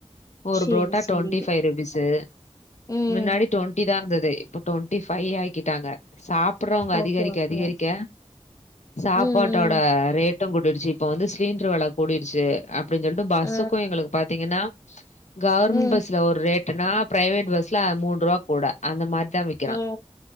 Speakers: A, on the left (about 85°); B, on the left (about 30°).
A: ஒரு
B: சேரி
A: புரோட்டா
B: சேரி
A: ட்வெண்டி ஃபைவ் ருபீஸு
B: ம்
A: முன்னாடி ட்வெண்டி தா இருந்தது இப்ப ட்வெண்டி ஃபைவ் ஆகிட்டாங்க சா ப்புறவங்க அதிகரிக்க
B: ஓகே ஓகே
A: அதிகரிக்க சாப்பாட்டோட
B: ம் ம்
A: ரேட் டு கூடிடுச்சு இப்ப வந்து சிலிண்டுரு வெல கூடிடுச்சு அப்டின்னு சொல்ட்டு பஸ்ஸுக்கு
B: ஆ
A: எங்களுக்கு பாத்தீங்கன்னா கவர்மெண்ட்
B: ம்
A: பஸ்ல ஒரு ரேட் டுனா பிரைவேட் பஸ்ல மூண் ரூபா கூட அந்த மாரிதா வைக்கிறா
B: ஆ